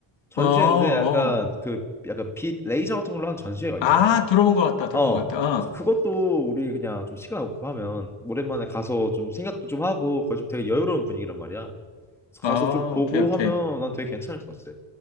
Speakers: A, in the centre; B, on the left.
A: 전시회인데
B: 어, 어.
A: 약간 그 약간 빛 레이저 같은 걸로 하는 전시회가
B: 아,
A: 있거든.
B: 들어본 것 같다. 들어본
A: 어.
B: 것 같다. 어,
A: 그래서 그것도 우리 그냥 좀 시간 없고 하면 오랜만에 가서 좀 생각도 좀 하고 거기 좀 되게 여유로운 분위기란 말이야. 그래서 가서
B: 어,
A: 좀 보고
B: 오케이, 오케이.
A: 하면 난 되게 괜찮을 것 같아.